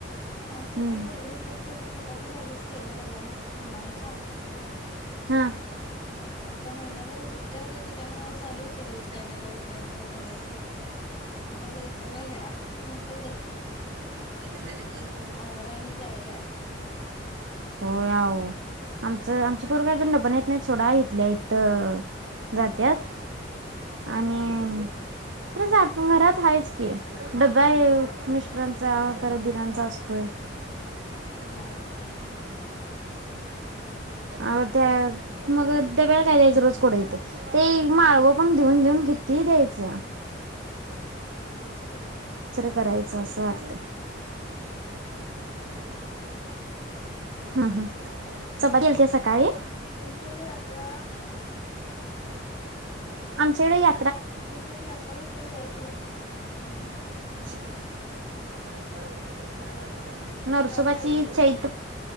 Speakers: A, on the right (about 85°); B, on the left (about 30°).
A: हम्म
B: असं काही गडबडीत बघत चपाती भाजीच केल्या ना ढाब्याला मुलांच्या
A: हा
B: आता महिनाभर सुट्ट्या होत्या त्याच्यामुळे चालूच रोज काय ना काय काय ना काय करायचं आता वैताग आलाय आज म्हंटलं
A: चपाती
B: आहोरानी जावं शाद
A: होय आहो आमचं आमचे परग अजून डबण येत नाहीत थोडा इथल्या इथ जात्यात आणि
B: हा
A: खरं ज घरात आहेाच की डबा आहे मिस्टरांचा परत दिरांचा असतो बर अ ते म
B: हा
A: काय
B: हा
A: म्हणा नाही आ अ त्या मग डब्याला काय द्यायचं रोज? कोड होते ते मावर पण
B: होय
A: देऊन -देऊन किती दया चे? जा
B: होच कीं
A: करायचं असं वाटत. हा हा चपाती सकाळी
B: अ...... तुमच्याकडे यात्रा
A: आमच्याकडे या.
B: तुमच्या कडे यात्रा कुठल्या देवाची भरती? हा
A: काय पाहिजे म्हणाली? नरसोबाची
B: ग्रामदैवता आहे
A: चैत
B: का